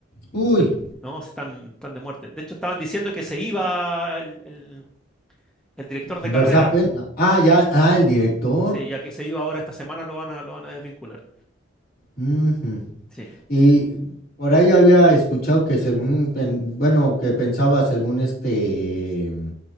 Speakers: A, on the left; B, in the centre.
A: Uy.
B: De- No, están, están de muerte. De hecho, estaban diciendo que se iba el, el- el director de
A: Verstappen.
B: carrera.
A: Ah, ya. Ah, el director.
B: Sí, ya que se iba ahora esta semana lo van a, lo van a desvincular.
A: Ujú.
B: Sí,
A: Y
B: sí.
A: por ahí había escuchado que según. pen- Bueno, que pensaba según este.